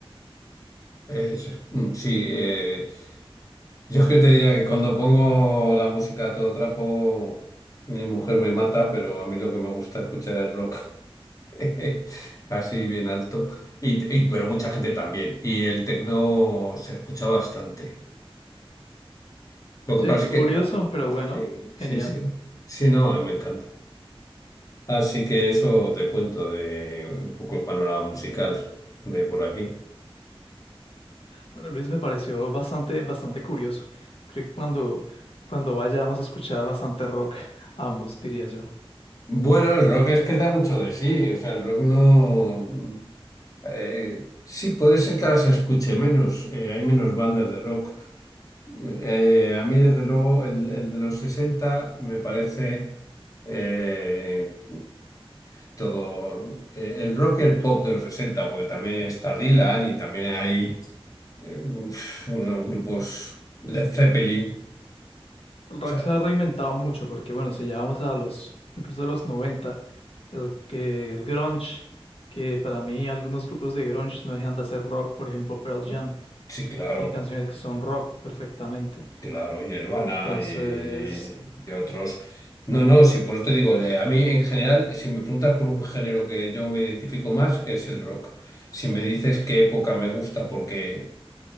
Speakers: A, on the left (about 35°); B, on the left (about 70°).
A: eh, se- mm, sí, eh, yo es que te diría que cuando pongo la música a todo trapo, mi mujer me mata, pero a mí lo que me gusta escuchar es rock, <laughs> así bien alto, y, y- pero mucha gente también, y el tecno se escucha bastante. Lo
B: Sí,
A: que pasa
B: qué
A: es
B: curioso,
A: que,
B: pero bueno,
A: sí,
B: genial.
A: sí, sí, sí, no, me encanta. Así que eso te cuento de un poco el panorama musical de por aquí.
B: Bueno, Luis, me pareció bastante, bastante curioso. Creo que cuando, cuando vayamos a escuchar bastante rock, ambos, diría yo.
A: Bueno, el rock es que da mucho de sí, o sea, el rock no... eh, sí, puede ser que ahora se escuche menos, eh, hay menos bandas de rock. Eh, a mí, desde luego, el, el de los 60 me parece eh, todo eh, el rock y el pop de los 60, porque también está Dylan y también hay eh, uf, unos grupos Led Zeppelin.
B: El rock
A: O sea,
B: se ha reinventado mucho porque, bueno, si ya vamos a los, incluso a los 90, el que, el grunge, que para mí algunos grupos de grunge no dejan de hacer rock, por ejemplo, Pearl
A: mm,
B: Jam,
A: sí, claro,
B: tiene canciones que son rock perfectamente.
A: claro, y Nirvana
B: Entonces,
A: y, y otros. No, no, sí, por eso te digo, de- a mí en general, si me preguntas por un género que yo me identifico más, es el rock. Si me dices qué época me gusta, porque